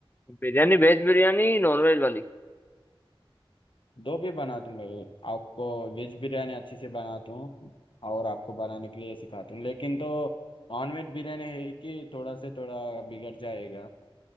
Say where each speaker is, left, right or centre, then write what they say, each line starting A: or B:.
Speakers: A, on the left; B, on the left.
A: है Biryani Veg biryani non veg वाली
B: दो भी बनाता हूँ भाई आपको वेज बिरयानी अच्छे से बनाता हूँ और आपको बनाने के लिए सिखाता हूँ लेकिन तो नॉन वेज बिरयानी है कि थोड़ा से थोड़ा बिगड़ जाएगा